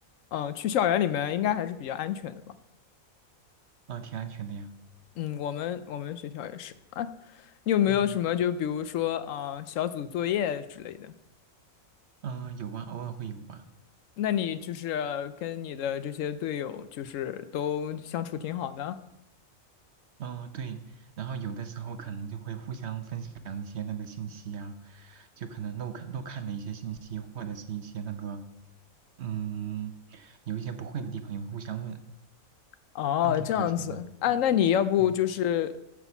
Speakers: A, on the left; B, on the right.
A: 嗯，去校园里面应该还是比较安全的吧？
B: 啊、挺安全的呀。
A: 嗯，我们我们学校也是。啊，你有没有什么就比如说，
B: 嗯，
A: 啊，小组作业之类的？
B: 呃，有啊，偶尔会有吧。
A: 那你就是跟你的这些队友就是都相处挺好的？
B: 嗯，对，然后有的时候可能就会互相分享一些那个信息呀、就可能漏看漏看的一些信息，或者是一些那个，嗯，有一些不会的地方也会互相问，
A: 哦，
B: 都挺和谐的。
A: 这样子，哎，
B: 嗯，
A: 那你要不就是，
B: 对，